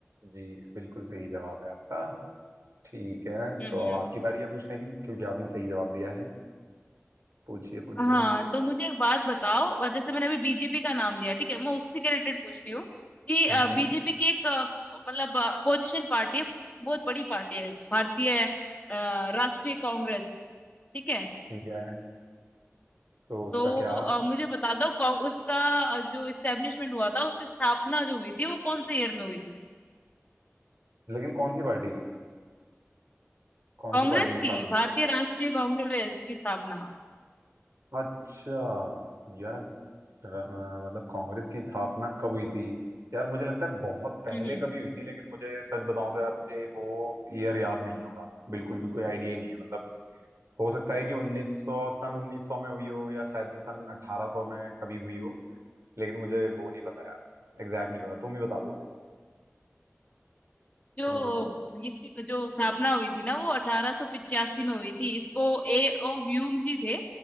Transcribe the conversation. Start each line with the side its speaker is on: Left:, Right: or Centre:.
Right: जी बिल्कुल सही जवाब है आपका ठीक है
Left: हम्म
Right: तो अब आपकी बारी है पूछने की क्योंकि आपने सही जवाब दिया है पूछिए पूछिए
Left: हाँ तो मुझे एक बात बताओ वह जैसे मैंने अभी बीजेपी का नाम लिया ठीक है मैं उसी के रिलेटेड पूछ रही हूँ कि
Right: हम्म
Left: बीजेपी की एक अ, मतलब अपोजिशन पार्टी है बहुत बड़ी पार्टी है भारतीय अ, राष्ट्रीय कांग्रेस ठीक है
Right: ठीक है तो उसका
Left: तो
Right: क्या
Left: अ, मुझे बता दो कौन- उसका अ, जो इस्टेब्लिशमेंट हुआ था उसकी स्थापना जो हुई थी वो कौन से ईयर में हुई थी
Right: लेकिन कौन सी पार्टी की कौन
Left: कांग्रेस
Right: सी पार्टी की
Left: की
Right: स्थापना
Left: भारतीय राष्ट्रीय कांग्रेस की स्थापना
Right: अच्छा यार र- अ, मतलब कांग्रेस की स्थापना कब हुई थी यार मुझे लगता है बहुत पहले
Left: हम्म हम्म।
Right: कभी हुई थी लेकिन मुझे सच बताऊं तो यार मुझे वो ईयर याद नहीं होगा बिल्कुल भी कोई आइडिया ही नहीं है मतलब हो सकता है कि 1900 सन 1900 में हुई हो या शायद से सन 1800 में कभी हुई हो लेकिन मुझे वो नहीं पता यार एग्जैक्ट नहीं पता तुम ही बता दो
Left: जो
Right: तुम ही बताओ
Left: इसकी जो स्थापना हुई थी ना वो 1885 में हुई थी इसको ए ओ ह्यूम जी थे